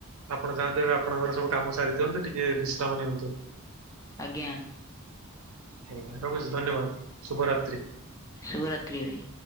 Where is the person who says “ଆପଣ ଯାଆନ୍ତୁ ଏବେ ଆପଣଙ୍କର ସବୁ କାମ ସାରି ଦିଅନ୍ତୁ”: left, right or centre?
Right